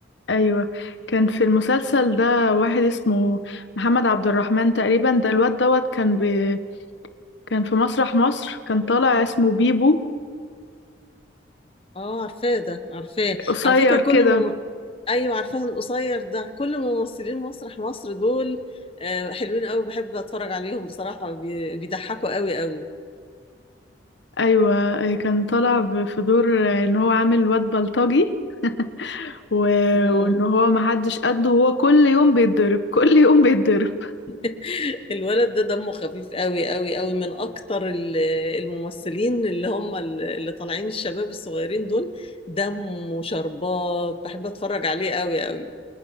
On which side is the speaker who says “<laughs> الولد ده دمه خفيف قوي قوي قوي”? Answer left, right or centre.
Left